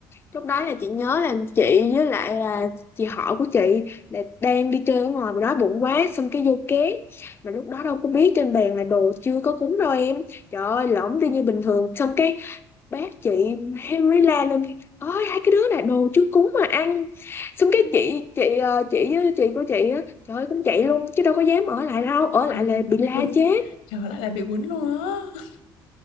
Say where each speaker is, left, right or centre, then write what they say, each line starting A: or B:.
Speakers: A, on the left; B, on the left.
A: lúc đó là chị nhớ là chị với lại là chị họ của chị là đang đi chơi ở ngoài mà đói bụng quá xong cái vô ké mà lúc đó đâu có biết trên bàn là đồ chưa có cúng đâu em trời ơi lõm đi như bình thường xong cái bác chị Henry la lên ôi hai cái đứa này đồ chưa cúng mà ăn xong cái
B: Ừ.
A: chị chị ờ, chị với chị của chị á trời ơi cũng chạy luôn chứ đâu có dám ở lại đâu ở
B: Ờ,
A: lại là bị la
B: bị quýnh
A: chết
B: trời lại là bị quýnh luôn á